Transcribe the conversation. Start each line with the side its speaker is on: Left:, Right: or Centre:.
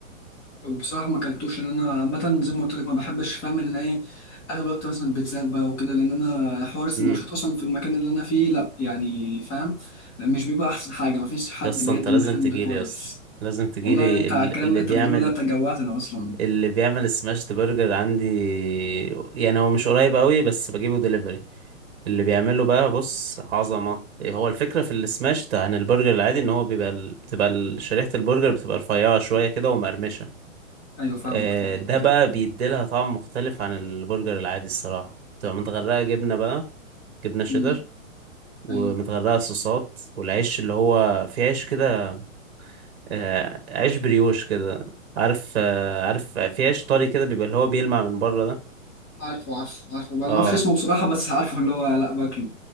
Left: بصراحة ما اكلتوش لأن أنا عامة زي ما قلت لك ما بحبش فاهم إن أنا إيه أغلب الوقت مثلا بيتزات بقى وكده لأن أنا حوار السندوتشات
Right: امم
Left: أصلا في المكان اللي أنا فيه لأ يعني فاهم مش بيبقى أحسن حاجة مفيش حد
Right: يا اسطى
Left: بيقدم
Right: انت لازم
Left: الخدمة
Right: تجيلي
Left: ده كويس
Right: يا اسطى لازم تجيلي
Left: والله أنت
Right: ال-
Left: على الكلام
Right: اللي
Left: اللي أنت
Right: بيعمل
Left: بتقوله ده أنت جوعتنا أصلا
Right: اللي بيعمل السماشت برجر عندي يعني هو مش قريب قوي بس بجيبه دليفري اللي بيعمله بقى بص عظمة إيه، هو الفكرة في السماشت عن البرجر العادي ان هو بيبقى ال- بتبقى ال- شريحة البرجر بتبقى رفيعة شوية كده ومقرمشة
Left: أيوه فاهمك
Right: آه،
Left: فاهمك
Right: ده بقى بيديلها طعم مختلف عن البرجر العادي الصراحة بتبقى متغرقة جبنة بقى جبنة شيدر
Left: أمم،
Right: ومتغرقة
Left: أيوه
Right: صوصات والعيش اللي هو في عيش كده آه، عيش بريوش كده عارف آه، عارف في عيش طري كده بيبقى اللي هو بيلمع من بره ده
Left: عارفه عارفه عارفه أنا
Right: اه
Left: ما أعرفش اسمه بصراحة بس عارفه اللي هو لأ باكله